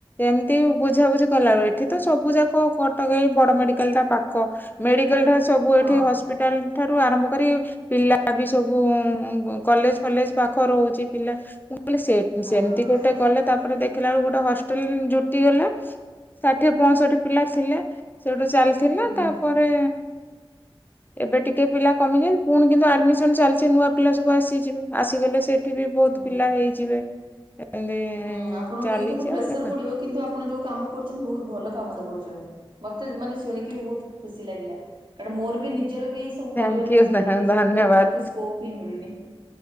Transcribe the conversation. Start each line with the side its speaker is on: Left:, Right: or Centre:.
Left: ଏମିତି ବୁଝାବୁଝି କଲାଣି ଏଠି ତ ସବୁ ଯାକ କଟକେଇ ବଡ ମେଡିକାଲ ଟା ପାଖ ମେଡିକାଲ। ସବୁ ଏଠି
Right: ହଁ
Left: ହସ୍ପିଟାଲ ଠାରୁ ଆରମ୍ଭ କରି ପିଲା ବି ସବୁ କଲେଜ ଫଲେଜ- ପାଖ ରହୁଛି ପିଲା ମୁଁ କହିଲି ସେ
Right: ହୁଁ
Left: ସେମିତି
Right: ହୁଁ
Left: ଗୋଟେ। କଲେ ତାପରେ ଦେଖିଲା ବେଳ ଗୋଟେ ହଷ୍ଟେଲ ଜୁଟି ଗଲା। ଷାଠିଏ ପଞ୍ଚଷଠି ପିଲା ଥିଲେ ସେଠୁ ଚାଲିଥିଲା
Right: ହୁଁ
Left: ତାପରେ।
Right: ହୁଁ
Left: ଏବେ ଟିକେ ପିଲା କମିଛନ୍ତି ପୁଣି କିନ୍ତୁ ଆଡମିସନ ଚାଲିଛି ନୂଆ। ପିଲା ସବୁ ଆସିଯିବେ ଆସିଗଲେ ସେଠି ବି ବହୁତ
Right: ହୁଁ।
Left: ପିଲା ହେଇଯିବେ। ଏମତି
Right: ହୁଁ ଆପଣ
Left: ଚାଲିଛି
Right: ଟିକେ କିନ୍ତୁ ପ୍ରେସର
Left: ଆଉ ଦେଖ
Right: ପଡିବ କିନ୍ତୁ ଆପଣ ଯୋଉଁ କାମ କରୁଛନ୍ତି, ବହୁତ ଭଲ କାମଟା କରୁଛନ୍ତି। ମତେ ମାନେ ଶୁଣିକି ବି ବହୁତ ଖୁସି ଲାଗିଲା, କାରଣ ମୋର ବି ନିଜର ବି। ସବୁ
Left: ଥ୍ୟାଙ୍କ
Right: କରିବାରେ
Left: ୟୁ
Right: ବହୁତ ଇଣ୍ଟରେଷ୍ଟ
Left: ଧନ୍ୟବାଦ।
Right: ବଟ୍ ମୋତେ ସ୍କୋପ୍ ହିଁ ମିଳୁନି।